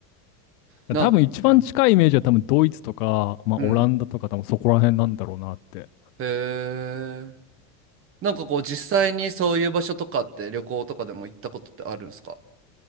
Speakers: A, on the right; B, on the left.
A: なん、
B: 多分一番近いイメージは多分ドイツとか、
A: うん、
B: まあ、
A: うん。
B: オランダとか多分そこら辺なんだろうなって。
A: へえ。なんかこう実際にそういう場所とかって旅行とかでも行ったことってあるんですか